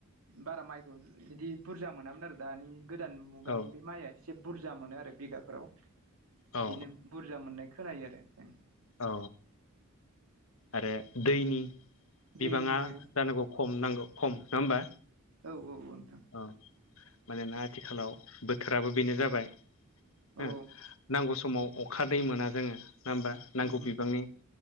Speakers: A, on the right; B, on the left.
A: बारा माइखौ इदि बुरजा मोनामोन आरो दानि गोदान मुगानि
B: औ
A: बे माइआ एसे बुरजा मोनो आरो बिघाफोराव
B: औ
A: इदिनो बुर जा मोननाय खोनायो आरो ओं।
B: अ। आरो दैनि
A: दैनिबो
B: बिबाङा जानांगौ खम नांगौ खम नङा होमबा?
A: औ-औ नोंथां।
B: औ मानोना आथिखालाव बोथोराबो बेनो जाबाय
A: औ
B: हो। नांगौ समाव अखा दै मोना जोङो नाहोमबा
A: ओमहो
B: नांगौ बिबांनि।